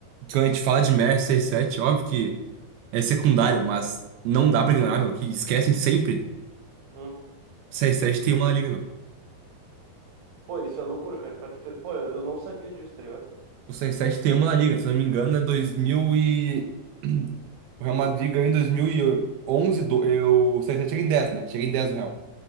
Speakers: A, on the right (about 80°); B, on the right (about 60°).
A: quando a gente fala de Mer sete óbvio que é secundária, mas não dá pra ignorar, meu, que esquecem sempre.
B: Um
A: seis sete tem uma La liga, meu.
B: Pô, isso é loucura, cara. Pra tu ter- Pô, eu eu não sabia disso, tá ligado?
A: O 6 sete tem uma na Liga, se eu não me engano, é 2000 e... <clears throat> O Real Madrid ganhou em dois mil e onze do... eu... o 6-7 chega em dez né? Chega em 10 no Real.